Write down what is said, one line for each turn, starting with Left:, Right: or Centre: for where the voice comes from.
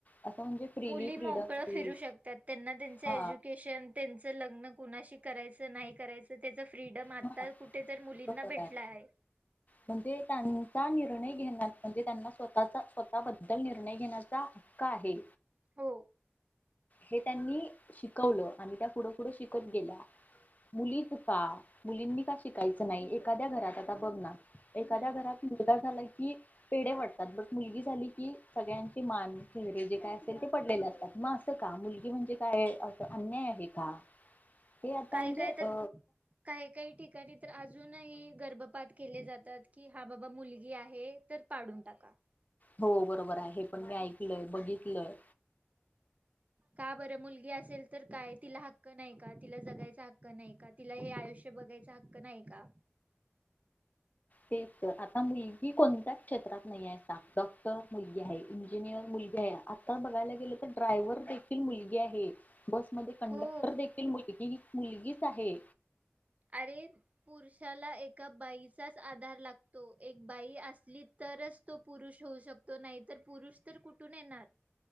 Left: असं म्हणजे फ्रीली
Right: मुली
Left: फ्रीडमली
Right: मोकळ फिरू शकतात त्यांना त्यांच एज्युकेशन
Left: हा
Right: त्यांच लग्न कुणाशी करायच नाही करायच त्याच फ्रीडम आता
Left: हा
Right: कुठेतर मुलींना
Left: बरोबर
Right: भेटला
Left: आहे
Right: हाय
Left: म्हणजे त्यांचा निर्णय घेण्यात म्हणजे त्यांना स्वतःचा स्वतःबद्दल निर्णय घेण्याचा हक्क आहे
Right: हो
Left: हे त्यांनी शिकवल आणि त्या पुढ पुुढ शिकत गेल्या मुली का मुलींनी का शिकायच नाही एखाद्या घरात आता बघ ना एखाद्या
Right: हम्म.
Left: घरात झाला की पेढ वाटतात बट मुलगी झाली की सगळ्यांचे मान चेहरे जे काय असेल ते पडलेले असतात मग अस का मुलगी म्हणजे काय अस अन्याय आहे का? हे आता
Right: काय
Left: म्हणजे
Right: काय तर
Left: अ
Right: काही काही ठिकाणी तर आज अजूनही गर्भपात केले जातात कि हा बाबा मुलगी आहे तर पाडून टाका.
Left: हो बरोबर आहे हे पण मी ऐकलय बघी तलय
Right: का बर मुलगी असेल तर काय तिला हक्क नाही का? तिला जगायचा हक्क नाही का? तिला हे आयुष्य बघायचा हक्क नाही का?
Left: तेच तर आता मुलगी कोण त्या क्षेत्रात नाहीये सा डॉक्टर मुलगी आहे. इंजिनियर मुलगी आहे. आता बघायला गेल तर ड्रायव्हर देखील मुलगी आहे. बसमध्ये कंडक्टर
Right: हो
Left: देखील मुल ही मुलगीच आहे.
Right: अरे पुरुषाला एका बाईचाच आधार लागतो. एक बाई असली तरच तो पुरुष होऊ शकतो नाही तर पुरुष तर कुठून येणार